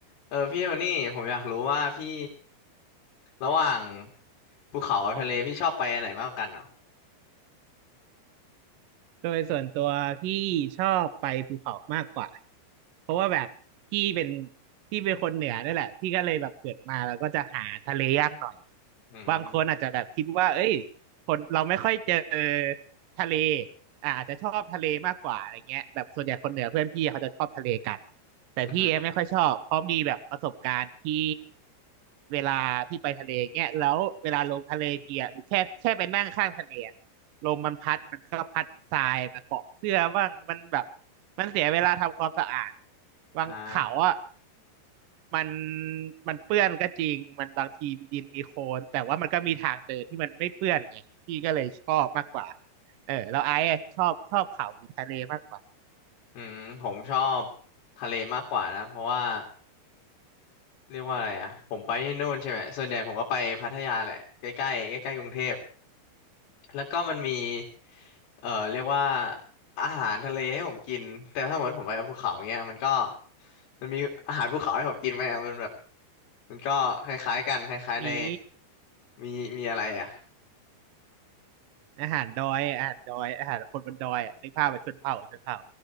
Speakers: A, on the left; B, on the right.
A: เออพี่โทนี่ผมอยากรู้ว่าพี่ระหว่างภูเขากับทะเลพี่ชอบไปอันไหนมากกว่ากันเหรอ
B: อ๋อโดยส่วนตัวพี่ชอบไปภูเขามากกว่าเพราะว่าแบบพี่เป็นพี่เป็นคนเหนือนี่แหละพี่ก็เลยแบบเกิดมาแล้วก็จะหาทะเลยากหน่อย
A: อืม
B: บางคนอาจจะแบบคิดว่าเอ้ยคนเราไม่ค่อยเจอทะเลอ่าอาจจะชอบทะเลมากกว่าอะไรเงี้ยแบบส่วนใหญ่คนเหนือเพื่อนพี่เขาจะชอบทะเลกันแต่พี่เองไม่ค่อยชอบเพราะมีแบบประสบการณ์ที่
A: อือฮึ
B: เวลาพี่ไปทะเลเงี้ยแล้วเวลาลงทะเลทีอะหรือแค่แค่ไปนั่งข้างทะเลอะ ลมมันพัดมันก็พัดทรายมาเกาะเสื้อบ้างมันแบบมันเสียเวลาทำความสะอาดอะบางเขาอ่ะ
A: อ่า
B: มันมันเปื้อนก็จริงมันบางทีดินมีโคลนแต่ว่ามันก็มีทางเดินที่มันไม่เปื้อนไงพี่ก็เลยชอบมากกว่าเออแล้วไอ้อะชอบชอบเขาหรือทะเลมากกว่า
A: อืมผมชอบทะเลมากกว่านะเพราะว่าเรียกว่าอะไรอ่ะผมไปที่นู่นใช่ไหมส่วนใหญ่ผมก็ไปพัทยาแหละใกล้ใกล้ใกล้ใกล้ๆกรุงเทพแล้วก็มันมีเออเรียกว่าอาหารทะเลให้ผมกินแต่ถ้าหมดผมไปภูเขาเงี้ยมันก็มันมีอาหารภูเขาให้ผมกินไหมอะมันแบบมันก็คล้ายๆกันคล้ายๆใน
B: มี
A: มีมีอะไรอ่ะ
B: อาหารดอยอาหารดอยอาหารคนบนดอยอะนึกภาพแบบชนเผ่าชนเผ่า